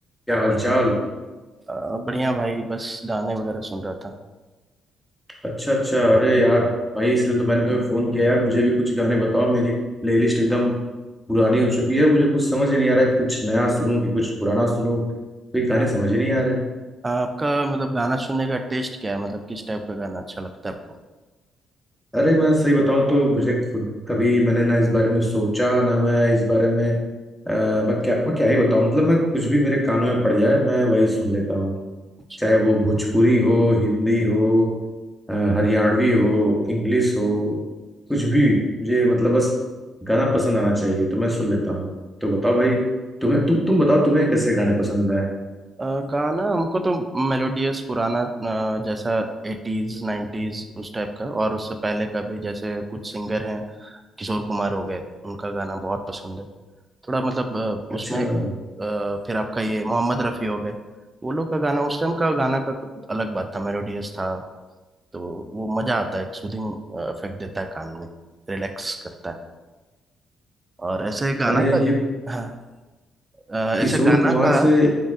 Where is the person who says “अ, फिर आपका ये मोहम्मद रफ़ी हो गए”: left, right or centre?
Right